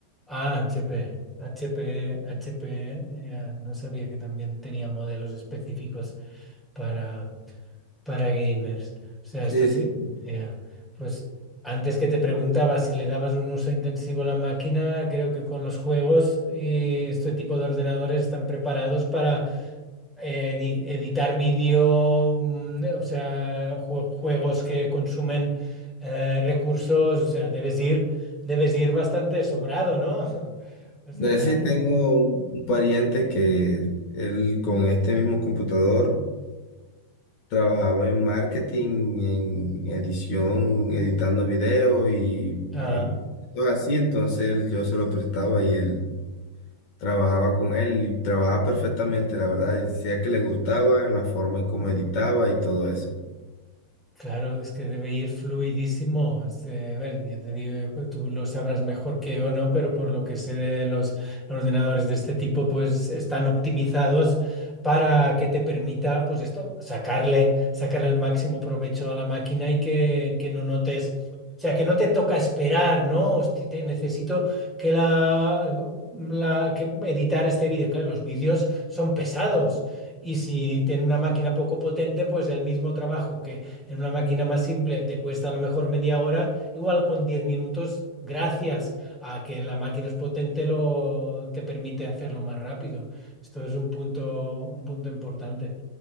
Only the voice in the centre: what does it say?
Ah, HP. HP, HP, eh, no sabía que también tenía modelos específicos para, para gamers. O sea,
esto sí,
eh, pues antes que te preguntaba si le dabas un uso intensivo a la máquina, creo que con los juegos y este tipo de ordenadores están preparados eh, edi- editar vídeo, mm, eh, o sea, jue- juegos que consumen eh, recursos, o sea, debes ir, debes ir bastante sobrado, ¿no? <laughs> O
sea,
ah.
Claro, es que debe ir fluidísimo. Este, a ver, ya te digo, que tú lo sabrás mejor que yo, ¿no? Pero por lo que sé de los ordenadores de este tipo, pues están optimizados para que te permita, pues esto, sacarle, sacarle el máximo provecho a la máquina y que, que no notes, o sea, que no te toca esperar, ¿no? Hosti, te necesito que la, la- que editar este vídeo. Claro, los vídeos son pesados. Y si tiene una máquina poco potente, pues el mismo trabajo que en una máquina más simple te cuesta a lo mejor media hora, igual con 10 minutos, gracias a que la máquina es potente, lo, te permite hacerlo más rápido. Esto es un punto, un punto importante.